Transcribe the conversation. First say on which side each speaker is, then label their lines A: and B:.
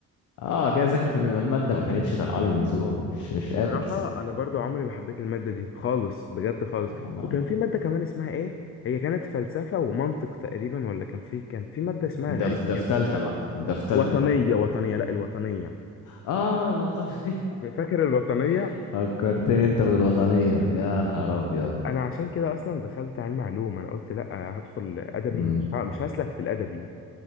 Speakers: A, on the left; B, on the left.
A: اه جاي اذاكر في الماده ما كانتش طالعه لي من زور مش مش
B: بصراحة
A: قادر
B: أنا برضو عمري ما حبيت المادة دي خالص بجد خالص
A: صراحه
B: وكان في مادة كمان اسمها إيه هي كانت فلسفة ومنطق تقريبا ولا كان في كان في مادة اسمها
A: ده
B: غريب
A: في ده
B: كده
A: في تالتة بقى ده في تالتة
B: وطنية
A: بقى
B: وطنية لا الوطنية
A: اه الوطنية
B: فاكر الوطنية
A: <laughs> فكرتني انت بالوطنية يا نهار ابيض
B: أنا عشان كده أصلا دخلت علم علوم أنا قلت لا هدخل أدبي
A: مم.
B: مش ه- مش هسلك في الأدبي